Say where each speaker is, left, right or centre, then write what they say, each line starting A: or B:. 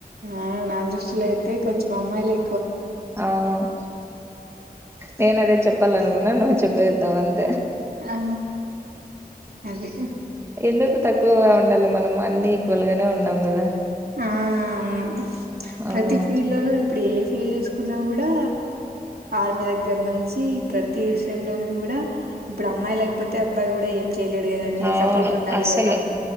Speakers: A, on the right; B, on the right.
A: ఆ నా దృష్టిలో అయితే కొంచెం అమ్మాయిలే
B: అవును నేన అదే చెప్పాలనుకున్నా నువ్వు చెప్పేసావు అంతే
A: ఆ అది
B: ఎందుకు తక్కువగా ఉండాలి మనం అన్ని ఈక్వల్ గానే ఉన్నాం కదా
A: ఆ అవును ప్రతి
B: ఆ
A: ఫీల్డ్ లోనూ ఇప్పుడు ఏ ఫీల్ తీసుకున్నా కూడా ఆర్మీ దగ్గర నుంచి ప్రతి విషయంలో కూడా ఇప్పుడు అమ్మాయి లేకపోతే అబ్బాయి కూడా ఏ ఎం చేయలేడు కదా అండి
B: అవును
A: సపోర్ట్ ఉండాలి
B: అస్సలు
A: కదా